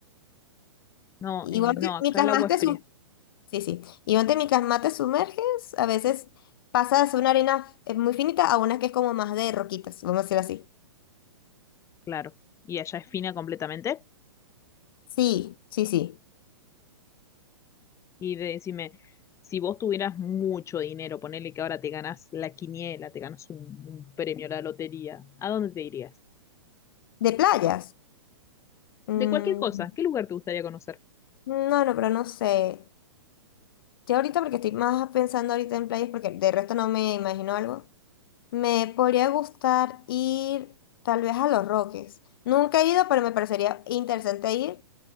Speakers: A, on the left; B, on the left.
A: No,
B: Igual,
A: eh, no,
B: que
A: acá
B: mientras
A: el
B: más
A: agua
B: te,
A: es fría,
B: Sí, sí. Y donde mientras más te sumerges, a veces pasas de ser una arena eh, muy finita a una que es como más de roquitas, vamos a decir así.
A: claro. ¿Y allá es fina completamente?
B: Sí, sí, sí.
A: Y de, decime, si vos tuvieras mucho dinero, ponele que ahora te ganas la quiniela, te ganas un, un premio, la lotería, ¿a dónde te irías?
B: ¿De playas? Mm,
A: De cualquier cosa, ¿qué lugar te gustaría conocer?
B: no, no, pero no sé. Yo ahorita, porque estoy más pensando ahorita en playas, porque de resto no me imagino algo. Me podría gustar ir tal vez a Los Roques. Nunca he ido, pero me parecería interesante ir.